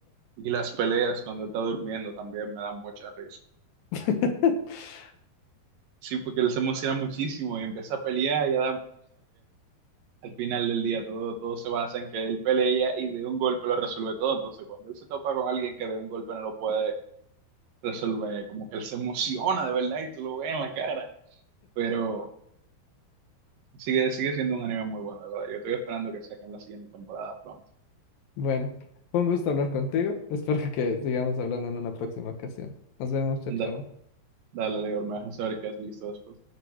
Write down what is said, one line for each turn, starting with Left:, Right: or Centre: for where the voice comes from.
Right: Y las peleas cuando él está durmiendo también me dan mucha risa.
Left: <laughs>
Right: Sí, porque él se emociona muchísimo y empieza a pelear y ya da, Al final del día todo, todo se basa en que él pelea y de un golpe lo resuelve todo. Entonces, cuando él se topa con alguien que de un golpe no lo puede resolver, como que él se emociona de verdad y tú lo ves en la cara. Pero sigue, sigue siendo un anime muy bueno, de verdad. Yo estoy esperando que saquen la siguiente temporada pronto.
Left: Bueno, fue un gusto hablar contigo. Espero que sigamos hablando en una próxima ocasión. Nos vemos, chao,
Right: Da-
Left: chao.
Right: dale, Leo, me dejas saber qué has visto después.